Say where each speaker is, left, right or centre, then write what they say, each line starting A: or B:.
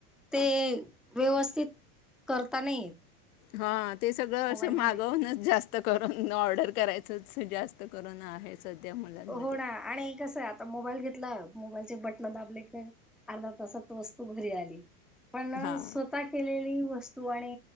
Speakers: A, in the centre; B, on the left (about 65°).
A: ते व्यवस्थित करता नाहीे येत.
B: ह. ते सगळं
A: मोबाईलमध्ये
B: असं मागवूनच जास्त जास्त करून ऑर्डर करायचंच, जास्त करून आहे सध्या मुलांमध्ये.
A: हो ना आणि कसं आहे आता मोबाईल घेतला, मोबाईलचे बटन दाबले की अर्धा तासात त वस्तू घरी आली. पण
B: हां
A: स्वतः केलेली वस्तू आणि